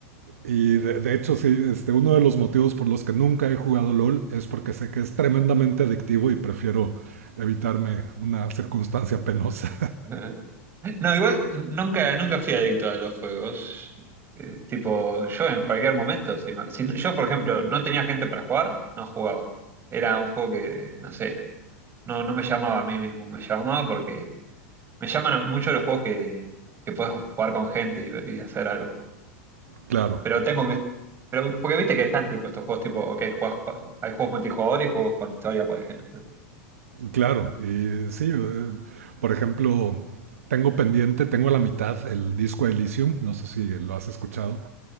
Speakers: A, on the right (about 75°); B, on the right (about 30°).
A: Y de, de hecho, sí, este, uno de los motivos por los que nunca he jugado LOL es porque sé que es tremendamente adictivo y prefiero evitarme una circunstancia penosa.
B: eh. <laughs> No, igual nunca, nunca fui adicto a los juegos. Eh, tipo, yo en cualquier momento, si, me- si no- yo, por ejemplo, no tenía gente para jugar, no jugaba. Era un juego que, no sé, no, no me llamaba a mí mismo, me llamaba porque Me llaman mucho los juegos que, que puedes jugar con gente y, y hacer algo.
A: <laughs>
B: Pero
A: claro.
B: tengo que. Pero, porque viste que están tipo estos juegos tipo, ok, juegas pa- hay juegos multijugador y juegos con historia, por ejemplo.
A: Claro, y sí, eh, por ejemplo, tengo pendiente, tengo a la mitad el disco Elysium, no sé si lo has escuchado.